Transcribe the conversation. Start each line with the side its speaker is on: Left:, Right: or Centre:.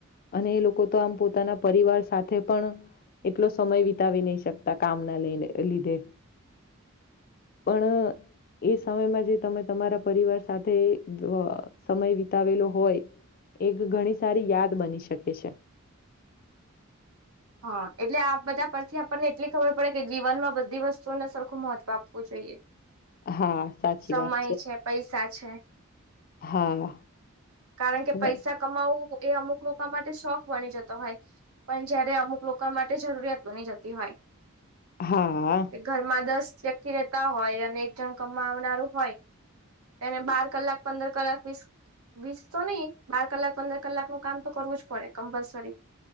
Left: અને એ લોકો તો આમ પોતાના પરિવાર સાથે પણ એટલો સમય વિતાવી નહી શકતા કામના લઈને લીધે પણ. એ સમયમાં જે તમે તમારા પરિવાર સાથે અ સમય વિતાવેલો હોય એક ઘણી સારી યાદ બની શકે છે.
Right: હા એટલે આ બધા પરથી આપણને એટલી ખબર પડે કે જીવન માં બધી વસ્તુઓને સરખું મહત્વ આપવું જોઈએ
Left: હા, સાચી
Right: સમય
Left: વાત
Right: છે પૈસા છે
Left: હા,
Right: કારણ કે
Left: અને
Right: પૈસા કમાવું એ અમુક લોકો માટે શોખ બની જતો હોય પણ જયારે અમુક લોકો માટે જરૂરિયાત બની જતી હોય
Left: હા,
Right: કે ઘરમાં દસ વ્યક્તિ રેતા હોય અને એક જણ કમાં આવનારું હોય એને બાર કલાક પંદર કલાક વીસ વીસ તો નહીં બાર કલાક પંદર કલાક નું કામ તો કરવું જ પડે કમ્પલસરી